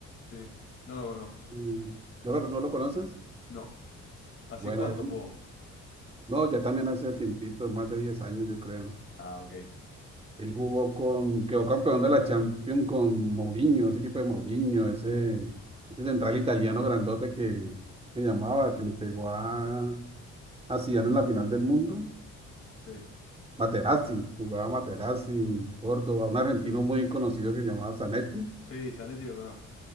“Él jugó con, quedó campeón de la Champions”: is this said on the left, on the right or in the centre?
Right